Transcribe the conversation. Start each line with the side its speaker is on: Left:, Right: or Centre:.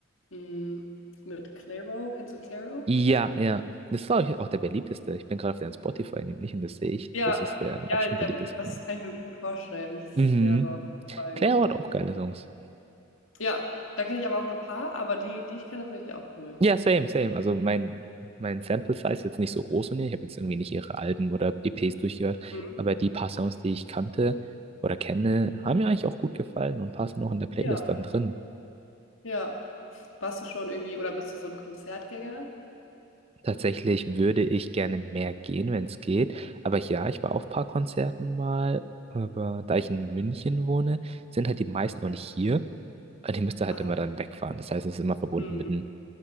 Left: mh, mit Clairo. Kennst du Clairo?
Right: Ja, ja. Das ist, glaube ich, auch der beliebteste. Ich bin gerade auf deren Spotify nämlich und das sehe ich.
Left: Ja,
Right: Das ist der mit
Left: ja,
Right: Abstand
Left: der,
Right: beliebteste
Left: das
Right: von denen.
Left: kann ich mir gut vorstellen. Das, ist-
Right: Mhm.
Left: der war bei
Right: Claire
Left: gefühlt.
Right: hat auch geile Songs.
Left: Ja, da kenne ich aber auch nur ein paar, aber die, die ich kenne, finde ich auch cool.
Right: Ja, same, same. Also mein, mein Sample Size ist jetzt nicht so groß von ihr. Ich habe jetzt irgendwie nicht ihre Alben oder EPs durchgehört,
Left: Mhm.
Right: aber die paar Songs, die ich kannte oder kenne, haben mir eigentlich auch gut gefallen und ein paar sind auch in der Playlist
Left: Ja.
Right: dann drin.
Left: Ja, warst du schon irgendwie oder bist du so ein Konzertgänger?
Right: Tatsächlich würde ich gerne mehr gehen, wenn es geht. Aber ja, ich war auf ein paar Konzerten mal. Aber da ich in München wohne, sind halt die meisten auch nicht hier. Also ich müsste halt
Left: Ah,
Right: immer dann wegfahren. Das heißt, es ist immer verbunden
Left: hm,
Right: mit einem